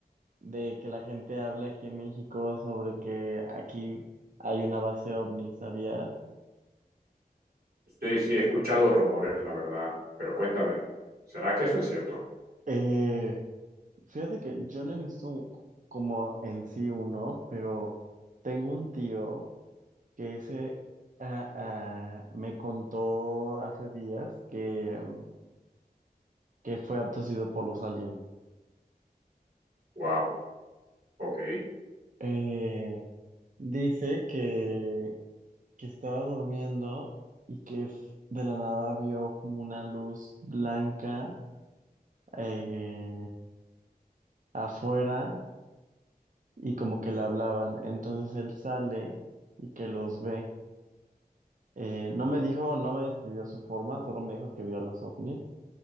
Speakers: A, on the right (about 55°); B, on the right (about 70°).
A: de que la gente hable aquí en México sobre que aquí hay una base ovni, ¿sabías?
B: Sí, sí, he escuchado rumores, la verdad, pero cuéntame, ¿será que eso es cierto?
A: Eh, fíjate que yo no he visto un- como en sí uno, pero tengo un tío. que ese ah, ah, me contó hace días que, mm, que fue abducido por los aliens.
B: Wow, ok,
A: Eh, dice que, que estaba durmiendo y que f- de la nada vio como una luz blanca eh, afuera y como que le hablaban. Entonces él sale y que los ve. Eh, no me dijo, no me describió su forma, solo me dijo que vio a los ovnis.